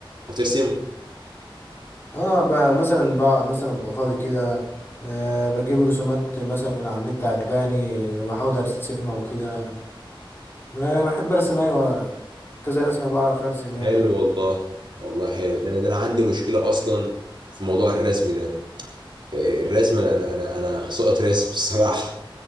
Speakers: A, on the right; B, on the left.
A: بترسم
B: اه ب- مثلا بقى مثلا ببقى فاضي كده أه بجيب رسومات مثلا من على النت عجباني بحاول ارسمها وكده أه بحب ارسم ايوه كذا رسمة بعرف ارسم يعني
A: حلو والله والله حلو ده انا ده انا عندي مشكله اصلا في موضوع الرسم ده إيه، الرسم انا انا انا انا سقط رسم <laughs> الصراحه